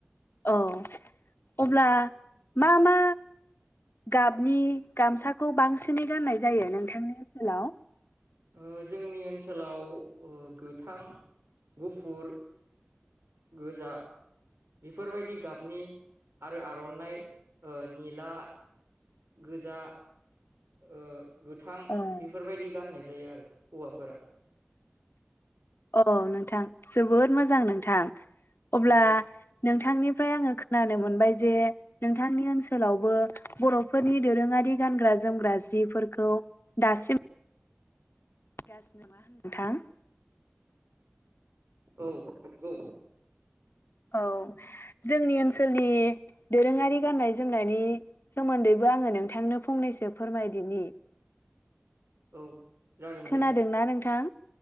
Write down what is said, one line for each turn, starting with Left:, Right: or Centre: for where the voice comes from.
Left: औ अब्ला मा मा गाबनि गामसा खौ बांसिनै गाननाय जायो नोंथांनि ओनसोलाव?
Right: ओ जोंनि ओनसोलाव गोथां गुफुर गोजा बेफोरबायदि गाबनि आरो आर'नाइ ओ निला गोजा ओ गोथां
Left: औ
Right: बेफोरबायदि गाननाय जायो आरो हौवाफोरा।
Left: अ नोंथां जो बोद मोजां नोंथां अब्ला
Right: औ
Left: नोंथांनिफ्राय आङो खोनानो मोनबाय जे नोंथांनि ओनसोलावबो बर'फोरनि दोरोङारि गानग्रा जोमग्रा जिफोरखौ दासिम गाज्रि नङा होन नोंथां
Right: औ नंगौ
Left: औ जोंनि ओनसोलनि दोरोङारि गाननाय जोमनायनि सोमोन्दैबो आङो नोंथांनो फंनैसो फोरमायदिनि
Right: औ जागोन
Left: खोनादोंना
Right: दे
Left: नोंथां?